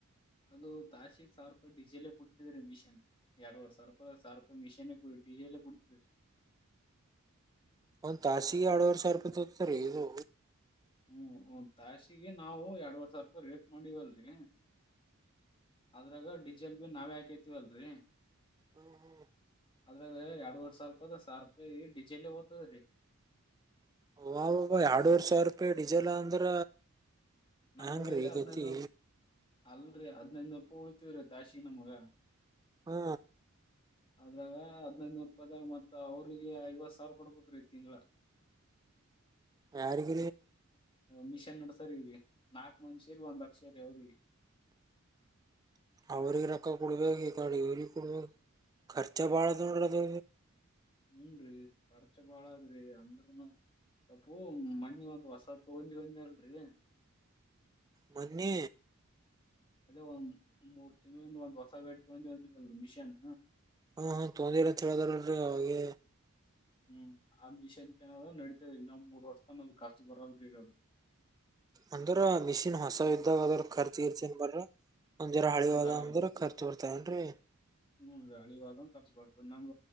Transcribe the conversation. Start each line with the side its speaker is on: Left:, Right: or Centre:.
Left: ಅದು ತಾಸಿ ಸಾವಿರ ರೂಪಾಯಿ ಡಿಸೆಲೆೇ ಕುಡಿತಿದ್ರೀ ಮಿಷನ್ ಎಡವರೆ ಸಾವಿರ ರೂಪಾಯಿ ಸಾವಿರ್ ರೂಪಾಯಿ ಮಿಷನ್ ಡಿಸೇಲ್ ಕುಡಿತದ
Right: ಒಂದ್ ತಾಸಿಗೆ ಎಡವರೆ ಸಾವಿರ ರೂಪಾಯಿ ತಗೋಂತಾತಿ ರೀ ಇದು
Left: ಹ್ಮ್ ಒಂದ್ ತಾಸಿಗೆ ನಾವು ಎರಡುವರೆ ಸಾವಿರ ರೂಪಾಯಿ ರೇಟ್ ಮಾಡಿವಲ್ರಿ ಅದ್ರಾಗ ಡೀಜೆಲ್ ಬಿ ನಾವೇ ಹಾಕೈತಿವ ಅಲ್ರಿ
Right: ಹ್ಮ ಹ್ಮ
Left: ಆದದ್ರಾಗ ಎರಡ್ೂವರ್ ಸಾವಿರ ರೂಪಾಯಿ ಅದ ಸಾವಿರ ರೂಪಾಯಿ ಡಜೆಲ್ ದ್ತದ್ರಿ
Right: ಹ ಎರಡ್ನೂರು ಸಾವಿರ ರೂಪಾಯಿ ಡೀಿಸೆಲ್ ಅಂದ್ರ
Left: ನಮ್ಮ್
Right: ಹ್ಯಾಂಗ್ರಿ
Left: ಉಳದ ಹದಿನೈನೂರು
Right: ಗತಿ
Left: ಅಲ್ರರಿ ಹದ್ಿನೈನೂರು ರೂಪಾಯಿ ಉಳಳ್ತಿೀವ್ರೀ ತಾಶಿ ನಮಗ
Right: ಹ್ಮ
Left: ಅದ್ರಾಗ ಹದ್ನೈದನೂರು ರೂಪಾಯಿದಾಗ ಮತ್ತತ್ ಅವ್ರಿಗೆ ಐವತ್ ಸಾವಿರ ಕೊಡ್ಬೇಕ್ರೀ ತಿಂಗಗಳ <inaudible>
Right: ಯಾರಗ
Left: ಮಿಷನ್ ನಡ್ಸರಿ ನಾಕ್ ಮಂದಷೇರಿ ಒಂದ್ ಲಕ್ಷೇರಿ ಅವ್ರಿಗೆ
Right: ಅವ್ರಿಗೆ ರೊಕ್ಕ ಕೊಡ್ಬೇಕೇು ಈ ಕ ಇವ್ರಿಗೆ ಕೊಡ್ಬೇಕ ಖರ್ಚ ಬಾಳ ನೋಡ್ರ ಅದ
Left: ಹೂನ್ ರೀ ಪರಚ ಬಾಳಾದ ರೀ ಅಂದ್ರಮ ಸ್ವಲ್ಪ ಮಣಿ ಒಂದ ಹೊಸ ತಗೊಂಡಿ ಒಂದ ಹೇಳ್ರರಿ
Right: ಮನ್ನ
Left: ಅದೇ ಒಂದ್್ ಮೂರು ತಿಂಗಳಿಂದ ಒಂದ್ ಹೊಸ ಗೇಡ್ ತಗೊಂಡಿ ಒಂದಲ್ ಮಿಷನ್
Right: ಹ್ಮ ಹ್ಮ ತೊಂದಿ ಇಲ್ಲ ಚಳದಾರಲ್ರಿ ಅವೆ
Left: ಹ್ಮ್ ಆ ಮಿಷನ್ ಏನ ನಡಿತತದ ಇ ನಾವ್ ಮೂರ್ ವರ್ಷ ತಾನ ಅದ ಕಷ್ಟ ಬರಲ್ರಿ ಇರದಕ್ <inaudible>
Right: ಅಂದ್ರ ಮಿಷಿನ್ ಹೊಸ ಇದ್ದಾಗ ಅದ್ರ ಖರ್ಚ ಇರ್ತನ್ ಬರ್ರ ಒಂದಜರ ಹಳಿ ಹದ
Left: ಕರಲ್
Right: ಅಂದ್ರೆ ಖರ್ಚು ಬರ್ತಾನ್ರರಿ
Left: ಹ್ಮ್ ರಳಿ ವಾದ ಬರ್ತ ನಮ್